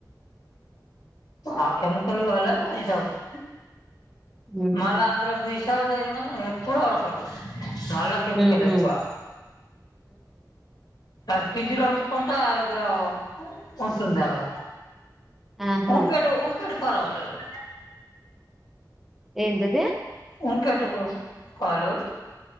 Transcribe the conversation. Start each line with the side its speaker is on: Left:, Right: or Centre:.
Left: ఆ కెమికల్ వాళ్ళ ఇదవుతు
Centre: ఊహు
Left: మళ్ళ అందులో విశా డైరీ మాత్రం ఎప్పుడు అవ్వకుడదు అల్ల కెమికల్
Centre: ఊహు
Left: ఎక్కువ అది ఫిజీలో అంచుకుంట అలాగ ఉంటుంది అలాగా
Centre: ఆహా
Left: ఊంపెడు ఊంపిేడు పర్వాలేదు
Centre: ఏందది
Left: ఉంపెటుకు పాలు